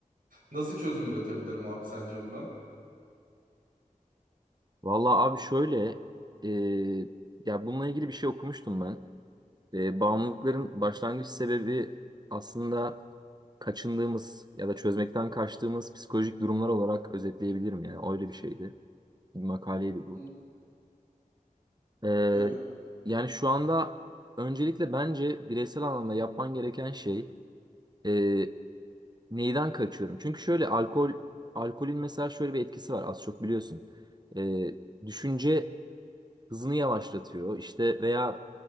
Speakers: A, on the right; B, on the right.
A: Nasıl çözüm üretebilirim abi sence buna?
B: Vallahi abi şöyle e, ya bununla ilgili bir şey okumuştum ben. E, bağımlılıkların başlangıç sebebi aslında kaçındığımız ya da çözmekten kaçtığımız psikolojik durumlar olarak özetleyebilirim yani. Öyle bir şeydi. Bir makaleydi bu.
A: Hı,
B: E,
A: Evet,
B: yani şu anda öncelikle bence bireysel anlamda yapman gereken şey e, Neyden kaçıyorum? Çünkü şöyle alkol alkolün mesela şöyle bir etkisi var az çok biliyorsun. Ee, düşünce hızını yavaşlatıyor işte veya